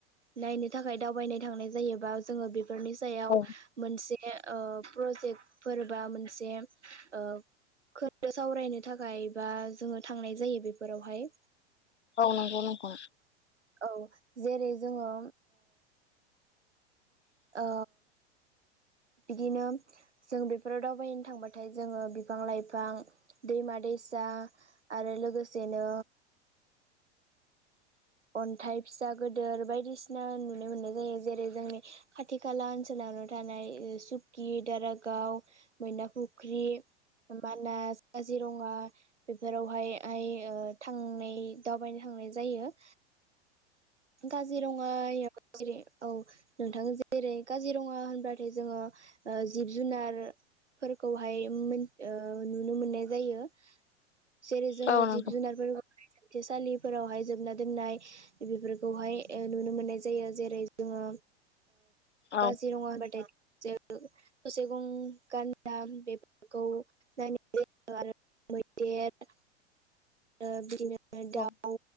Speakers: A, on the right; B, on the left.
A: नायनो थाखाय दावबायनाय थांनाय जायोबा जोङो बेफोरनि सायाव
B: औ
A: मोनसे ओ प्रजेक्टफोर बा मोनसे ओ खोनदो सावरायनो थाखाय बा जोङो थांनाय जायो बेफोरावहाय
B: अ नांगौ नंगौ
A: औ जेरै जोङो ओ बिदिनो जों बेफोराव दावबायनो थांबाथाय जोङो बिफां लाइफां दैमा दैसा आरो लोगोसेनो अनथाइ फिसा गिदोर बायदिसिना नुनो मोननाय जायो जेरै जोंनि खाथि खाला ओनसोलावनो थानाय सुकि दारागाव मैना फुख्रि मानास काजिरङा बेफोरावहाय आइ थांनाय दावबायनो थांनाय जायो काजिरङा जेरै औ नोंथां जेरै काजिरङा होनबाथाय जोङो ओ जिब जुनार फोरखौहाय मो ओ नुनो मोननाय जायो जेरै जोङो
B: औ नोंथां
A: जिब जुनार <unintelligible> जोबथे सालिफोरावहाय जोबना दोननाय बेफोर खौहाय नुनो मोननाय जायो जेरै जोङो
B: औ
A: काजिरङा ओ होनबाथाय जे थसे गं गानदा बे <unintelligible> आरो मैदेर ओ बिदिनो दाउ
B: औ